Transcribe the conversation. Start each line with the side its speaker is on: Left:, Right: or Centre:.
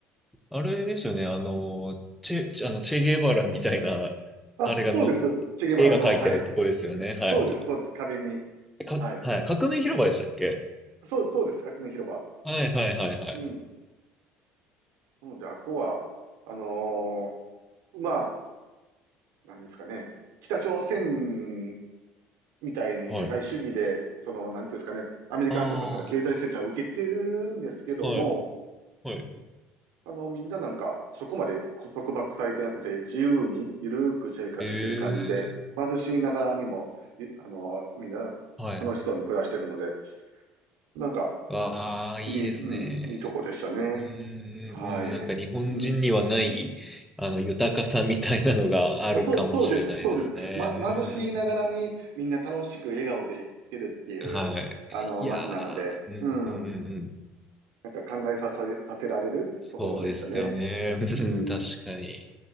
Centre: あれですよね。あの、チェ、チェあの、チェゲバラみたいな、
Right: あ、
Centre: あれがの、
Right: そうです。チェゲバラの、
Centre: 絵が描いてあるとこですよね。
Right: はい。
Centre: はいはい。
Right: そうです、そうです。壁に。
Centre: えか、
Right: はい。
Centre: はい。革命広場でしたっけ
Right: そう、そうです。革命広場。
Centre: はいはいはいはい。
Right: うん。なので、あこは、あのーまあ、なんですかね、北朝鮮みたいに社会主義で、
Centre: はい。
Right: その、なんていうんですかね、アメリカとかから経済制裁を受けてるんですけども、
Centre: ああ、はい。はい
Right: あの、みんななんか、そこまで束縛されてなくて、自由に、ゆるく生活してる感じで、
Centre: ええ
Right: 貧しいながらにも、いあの、みんな、
Centre: はい。
Right: 楽しそうに暮らしてるので、なんか、
Centre: わあ、いいですね。
Right: いい、うん、いいとこでしたね。
Centre: うんうんうん。
Right: はい。
Centre: なんか日本人にはない、
Right: うん。
Centre: あの、豊かさみたいなのがあるかもしれないですね。
Right: そう、そうです、そうです。ま、
Centre: う
Right: 貧しいながらにみんな楽しく笑顔で生きてるっていう、
Centre: んうん。はい。
Right: あの、
Centre: いや
Right: 街なので、
Centre: ー、
Right: うん、
Centre: うんうんうんうん。
Right: なんか考えさせ、させられるところでしたね。
Centre: そうですよね。うん確かに。
Right: うん。